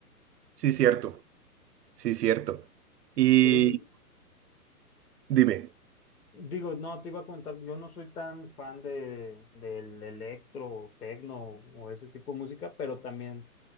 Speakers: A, on the right; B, on the left.
A: Sí, cierto, sí, cierto. Y
B: Sí,
A: dime,
B: Digo, no, te iba a comentar, yo no soy tan fan de, del electro, tecno o ese tipo de música, pero también,